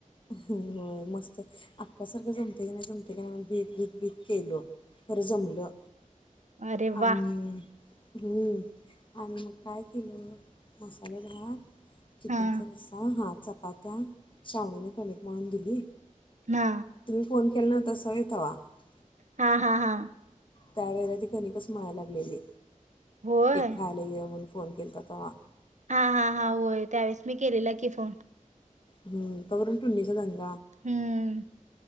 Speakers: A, on the left; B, on the right.
A: हो मस्तच अका सारखं जमतंय की नाही भीत भीत भीत केलं खरं जमलं
B: अरे
A: आणि
B: वा
A: <inaudible> आणि मग काय केलं मसालेदार चिकनचा
B: हा
A: रस्सा हा चपात्या छावणी कणिक मळून दिली
B: हा,
A: तुम्ही फोन केला ना <unintelligible>
B: हा हा हा
A: त्यावेळेला ती कणीकच मळायला लागलेली.
B: होय.
A: खायला ये म्हणून फोन केलता तेव्हा.
B: हा हा हा होय त्यावेेळेस मी केलेला की फोन.
A: हम् कावररून टुननीचा दग.
B: हम्म